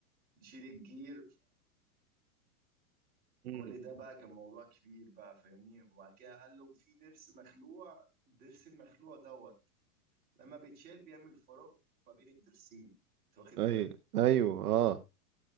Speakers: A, on the right; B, on the right.
A: نشيل الجير
B: مم.
A: فكل ده بقى كان موضوع كبير بقى فاهمني وبعد كده قال له في ضرس مخلوع الضرس المخلوع دوت لما بيتشال بيعمل فراغ ما بين الضرسين انت واخد بالك
B: ايوه ايوه اه